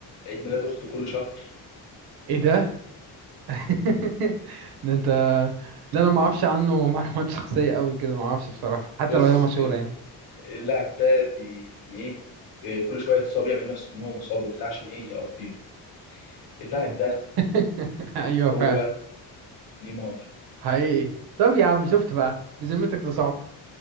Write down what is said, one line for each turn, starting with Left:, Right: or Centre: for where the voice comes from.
Left: عيد ميلاد اخته كل شهر
Right: ايه ده <laughs> ده انت لا انا ما اعرفش عنه <laughs> معلومات شخصيه قوي كده ما اعرفش بصراحه حتى
Left: بص
Right: لو هي مشهوره
Left: ال-
Right: يعني
Left: اللاعب ده بي... يعني ايه إيه، كل شويه يتصاب يعمل نفسه ان هو مصاب وبتاع عشان ايه يقضيها اللاعب ده
Right: <laughs> ايوه
Left: هو
Right: فعلا
Left: نيمار
Right: حقيقي طب يا عم شفت بقى بذمتك ده صعب